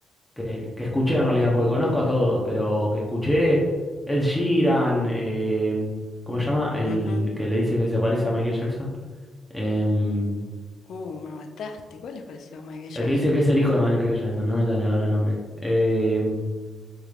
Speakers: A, in the centre; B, on the left (about 70°).
A: que, que escuché en realidad, porque conozco a todos, pero que escuché Ed Sheeran, eh, ¿cómo se llama? El
B: Ujú.
A: que le dicen que se parece a Michael Jackson. Em,
B: Uh, me mataste. ¿Cuál les pareció Michael Jackson?
A: el que dicen que es el hijo de Michael Jackson, no me sale ahora el nombre. Em,